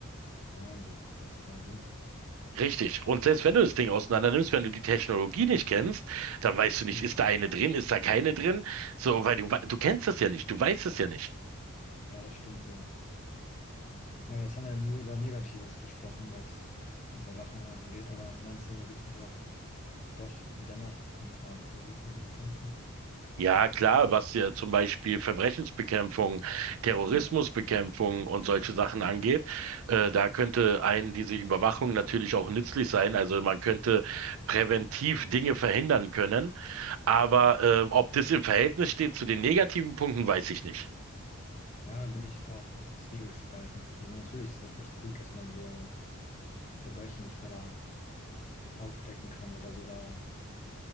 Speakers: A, on the left (about 35°); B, on the right (about 65°).
A: Wahnsinn, das ist ja winzig.
B: Richtig. Und selbst wenn du das Ding auseinander nimmst, wenn du die Technologie nicht kennst, dann weißt du nicht,
A: Mhm.
B: ist da eine drin, ist da keine drin? So, weil du, wei- du kennst das ja nicht, du weißt es ja nicht.
A: Ja, das stimmt wohl. Ja, jetzt haben wir ja nur über Negatives gesprochen, was <laughs> Überwachung angeht, aber meinst du, da gibt es nicht auch doch dennoch ein paar positive Punkte?
B: Ja, klar, was ja zum Beispiel Verbrechensbekämpfung, Terrorismusbekämpfung
A: Hm,
B: und
A: genau.
B: solche Sachen angeht, äh, da könnte einen diese Überwachung natürlich auch nützlich sein. Also man könnte präventiv Dinge verhindern können. Aber äh, ob das im Verhältnis steht zu den negativen Punkten, weiß ich nicht.
A: Ja, da bin ich auch zwiegespalten. Also natürlich ist das echt gut, dass man so Verbrechen schneller aufdecken kann oder sogar